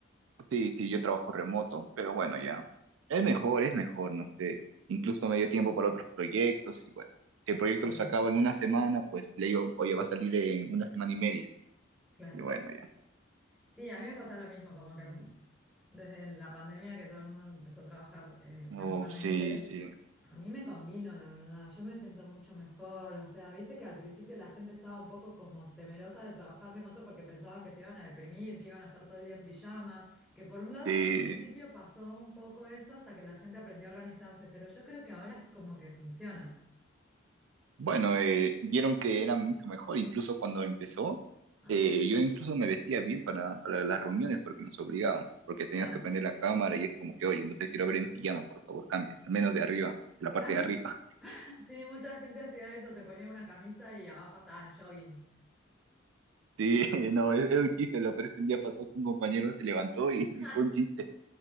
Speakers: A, on the right; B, in the centre.
A: Sí, sí, yo trabajo remoto, pero bueno, ya. Es mejor, es mejor, no sé. Incluso me dio tiempo para otros proyectos y bueno. Si el proyecto
B: Sí,
A: lo sacaba en una semana, pues le digo, oye, va a salir en una semana y media.
B: claro.
A: Y bueno, ya.
B: Sí, a mí me pasa lo mismo, como que desde la pandemia que todo el mundo empezó a trabajar eh,
A: Oh,
B: remotamente,
A: sí, sí.
B: A mí me convino, la verdad, yo me siento mucho mejor, o sea, viste que al principio la gente estaba un poco como temerosa de trabajar remoto porque pensaban que se iban a deprimir, que iban a estar todo el día en pijama, que por un lado
A: Sí.
B: en un principio pasó un poco eso hasta que la gente aprendió a organizarse, pero yo creo que ahora es como que funciona.
A: Bueno, eh, vieron que era mucho mejor, incluso cuando empezó.
B: Ajá,
A: eh, yo incluso me vestía bien para, para las reuniones porque nos obligaban, porque teníamos
B: claro,
A: que prender la cámara y es como que, oye, no te quiero ver en pijama, por favor, cámbiate, al menos de arriba, de la
B: claro.
A: parte de arriba.
B: <laughs> Sí, mucha gente hacía eso, se ponía una camisa y abajo estaba en jogging.
A: Sí, <laughs> no, es, es un chiste, lo peor es que un día pasó que un compañero se levantó y,
B: <laughs>
A: y fue un chiste,